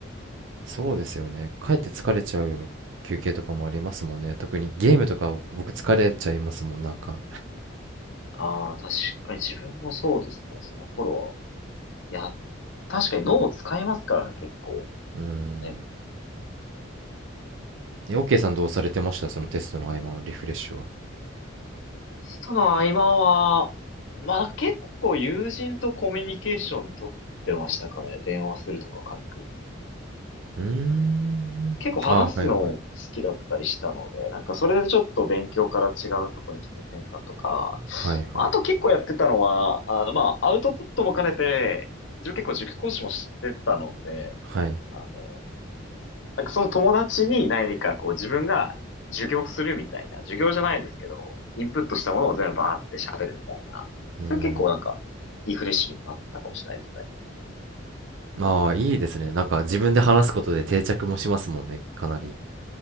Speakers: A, on the right (about 75°); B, on the left (about 70°).
A: そうですよね。かえって疲れちゃう休憩とかもありますもんね。特にゲームとか僕疲れちゃいますもん、なんか。
B: ああ、確かに自分もそうですね。その頃はいや、確かに脳を使いますからね、結構。
A: うーん。
B: でも。
A: え、OK さんどうされてましたそのテストの合間のリフレッシュは。
B: テストの合間は、まあ結構友人とコミュニケーション取ってましたからね、電話するとか軽く。
A: うーん。
B: 結構話すの好きだったりしたので、
A: あ、はいはい。
B: なんかそれでちょっと勉強から違うとこに気分転換とか、
A: はいはい。
B: あと結構やってたのは、あの、まあ、アウトプットも兼ねて、自分結構塾講師もしてたので、
A: はい。
B: あの、なんかその友達に何かこう自分が授業するみたいな、授業じゃないですけど、インプットしたものを全部バーって喋るみたいな。
A: うーん。
B: それ結構なんか、リフレッシュにもなったかもしれないですね。
A: ああ、いいですね。なんか自分で話すことで定着もしますもんね、かなり。